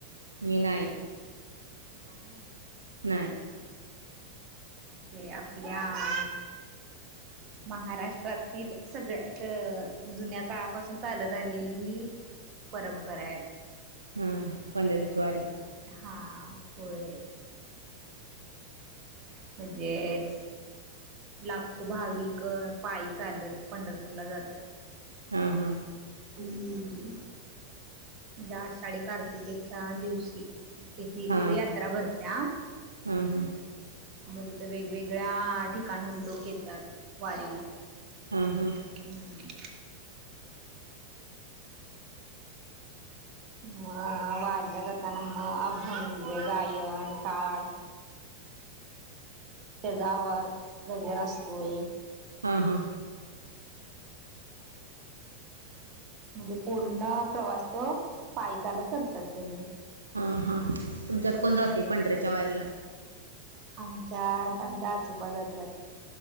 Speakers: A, on the right; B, on the right.
A: मि नाई
B: नाई
A: नाही.
B: ते आपल्या आ महाराष्ट्रातील सगळ्यात अ जुन्या काळापासून चालत आलेली ही परंपरा आहे.
A: हा पंढरी ची वारी
B: हा होय म्हणजे लाखो भाविक पायी चालत पंढरपूरला जातात.
A: हा हा
B: ह् म्हणजे आषाढी कार्तिकेच्या दिवशी तिथे
A: हां
B: तिथे यात्रा भरत्या.
A: हां हां
B: मग तिथं वेगवेगळ्या ठिकाणहून लोक येतात वारीला
A: हा हा
B: हम्म. मग वारी ला जाताना मग अभंग, गायन, टाळ त्याचा आवाज गजर असतोय.
A: हा हा
B: म्हणजे पूर्ण प्रवास तो पायी चालत करतात तेनी
A: हा हा तुमच्यात कोण जातय पंढरी च्या वारीला
B: आमच्यात आमचे आजोबा जात्यात.